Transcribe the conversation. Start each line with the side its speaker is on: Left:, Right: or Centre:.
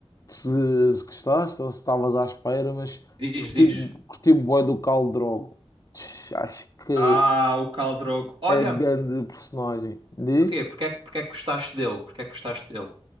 Left: se, se gostaste ou se estavas à espera, mas
Right: Diz,
Left: curti,
Right: diz.
Left: curti bué do Khal Drogo. Tch, Acho que
Right: Ah, o Khal Drogo. Olha,
Left: é grande personagem, diz?
Right: porquê? Porquê, é que- porquê é que gostaste dele? Porquê é que gostaste dele?